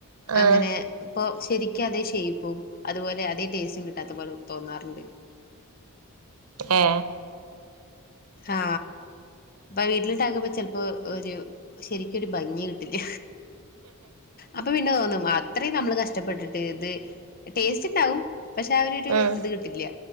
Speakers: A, on the right; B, on the left.
A: ആഹ്
B: അങ്ങനെ ഇപ്പൊ ശ എനിക്ക് അതേ ഷേയ്പ്പും അതുപോലെ അതേ ടേസ്റ്റും കിട്ടാത്ത പോലെ തോന്നാറുണ്ട്
A: ഏ
B: ആ അപ്പ വീട്ടിലിണ്ടാക്കുമ്പോ ചിലപ്പോ ഒരു ശരിക്കൊരു ഭംഗി കിട്ടില്ല അപ്പ പിന്നെ തോന്നും അത്രയും നമ്മള് കഷ്ടപ്പെട്ടിട്ട് ഇത് ടേസ്റ്റ് ഇണ്ടാവും പക്ഷെ ആ ഒരുരു
A: ഉം
B: ഇത് കിട്ടില്ല